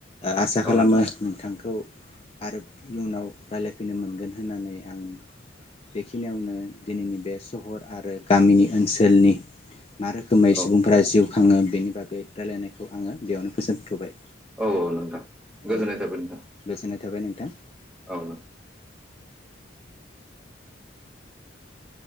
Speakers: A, on the left (about 30°); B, in the centre.
A: आसा खालामो
B: औ नोंथां
A: नोंथांखौ आरो इयुनाव <unintelligible> होफैनो मोनगोन होननानै आं बेखिनियावनो दिनैनि बे सहर आरो गामिनि ओनसोलनि मा रोखोमै
B: औ
A: सुबुंफोरा जिउ खाङो बेनि बागै रायलायनायखौ आङो बेयावनो फोजोबथबाय
B: औ औ नोंथां
A: औ
B: गोजोननाय थाबाय नोंथां
A: गोजोननाय थाबाय नोंथां
B: औ